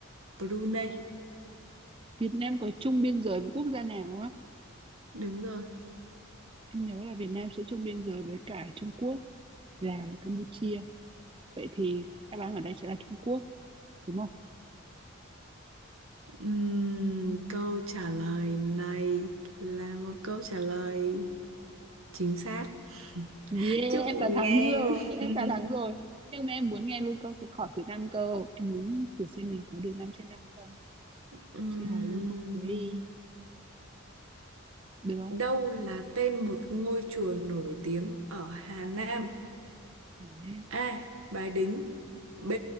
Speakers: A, on the right; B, on the right.
A: Brunei
B: Việt Nam có chung biên giới với quốc gia nào á?
A: Đúng rồi
B: Em nhớ là Việt Nam sẽ chung biên giới với cả Trung Quốc. Lào và Campuchia vậy thì đáp án ở đây sẽ là Trung Quốc đúng không
A: Ừm, Câu trả lời này là một câu trả lời chính xác <laughs>
B: yeah
A: Chúc
B: em
A: mừng
B: đã thắng
A: em.
B: rồi em
A: <laughs>
B: đã thắng rồi nhưng mà em muốn nghe luôn câu hỏi thứ năm cơ em muốn thử xem mình có được năm trên năm không
A: Ừm,
B: chị hỏi luôn câu cuối đi được không
A: Đâu là tên một ngôi chùa nổi tiếng ở Hà Nam?
B: Hà Nam
A: A. Bái Đính B.